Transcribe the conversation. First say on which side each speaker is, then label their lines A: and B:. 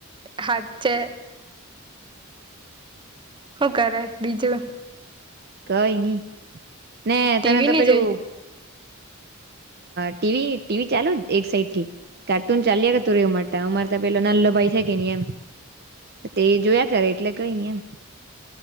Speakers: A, on the right; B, on the right.
A: હાચે હું કરે બીજું
B: કઈ નઈ ને
A: ટીવી
B: તને તો
A: ની
B: પેલું
A: જોઈ
B: ટીવી ટીવી ચાલુ એક સાઈડ થી કાર્ટૂન ચાલ કે તું રમ અમાર તો પેલો નાલો ભાઈ શકે નહી એમ તે જોયા કરે એટલે કઈ નઈ એમ